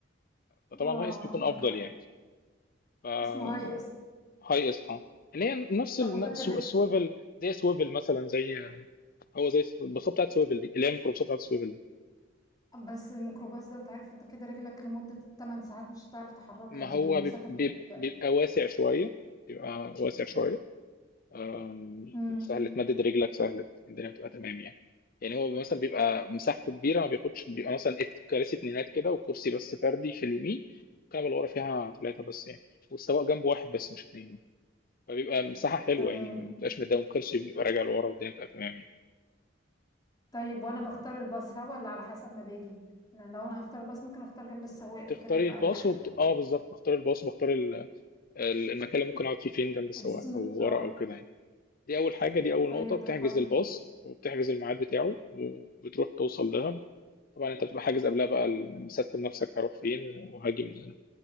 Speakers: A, on the left (about 50°); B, on the left (about 20°).
A: فطبعا
B: اه
A: الهاي اس بيكون
B: عندك
A: افضل
B: حق
A: يعني آه
B: اسمه هاي اس
A: هاي اس اه اللي هي نفس
B: طب
A: الن-
B: وده
A: سو-
B: كلف
A: السويفل زي سويفل مثلا زي آه، هو زي البساطه بتاعت سويفل دي اللي هي الميكروبساطه بتاعت سويفل دي
B: بس الميكروباص ده انت عارف انت كده رجلك لمده 8 ساعات مش هتعرف تحركها
A: ما
B: دي
A: هو
B: المسافه
A: بيب-
B: بتبقى
A: بيب-
B: ضيقه
A: بيبقى واسع شويه بيبقى واسع شويه آم،
B: امم
A: سهل تمدد رجلك سهل الدنيا بتبقى تمام يعني يعني هو مثلا بيبقى مساحته كبيره ما بياخدش بيبقى مثلا ات- كراسي اتنينات كده وكرسي بس فردي في اليمين الكنبه اللي ورا فيها ثلاثه بس يعني والسواق جنبه واحد بس مش اتنين فبيبقى مساحه حلوه
B: تمام
A: يعني ما بتبقاش مدام كرسي بيبقى راجع لورا والدنيا بتبقى تمام يعني
B: طيب وانا بختار الباص ها ولا على حسب ما باجي لان لو انا هختار الباص ممكن اختار جنب السواق
A: بتختاري
B: فكده هيبقى
A: الباص
B: اريح
A: وبت...
B: لي يعني
A: اه بالظبط بختار الباص وبختار ال... ال- المكان اللي ممكن اقعد فيه فين جنب السواق
B: نسيت
A: او
B: اه
A: ورا او كده يعني دي اول حاجه دي اول
B: طيب
A: نقطه بتحجز
B: ده كويس
A: الباص
B: جدا.
A: وبتحجز الميعاد بتاعه وبتروح توصل دهب طبعا انت بتبقى حاجز قبلها بقى مسستم نفسك هروح فين وهاجي منين